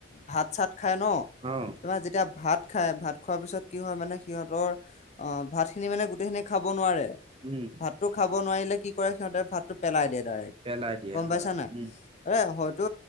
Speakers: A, on the left (about 35°); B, on the right (about 25°).
A: ভাত চাত খাই ন?
B: অ',
A: তোমাৰ যেতিয়া ভাত খাই ভাত খোৱাৰ পিছত কি হয় মানে সিহঁতৰ, অ ভাত খিনি মানে গোটেই খিনি খাব নোৱাৰে।
B: উম
A: ভাতটো খাব নোৱাৰিলে কি কৰে সিহঁতে ভাতটো পেলাই দিয়ে ডাইৰেক্ট,
B: পেলাই দিয়ে
A: গম
B: হয়
A: পাইছা নাই?
B: উম
A: এ হয়তো